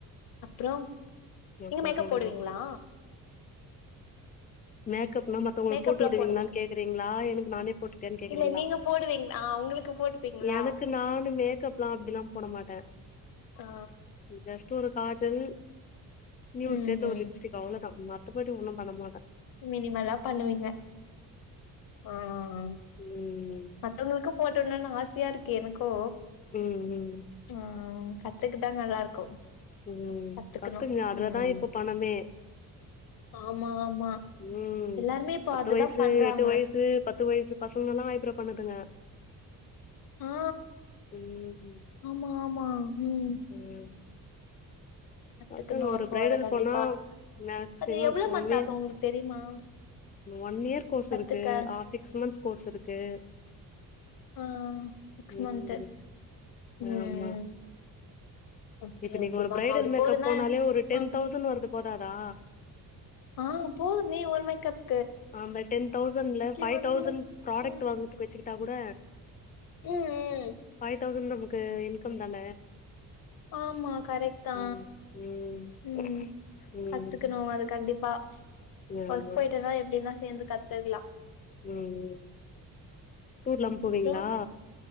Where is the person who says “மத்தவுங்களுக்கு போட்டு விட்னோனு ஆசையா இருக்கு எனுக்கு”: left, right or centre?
Left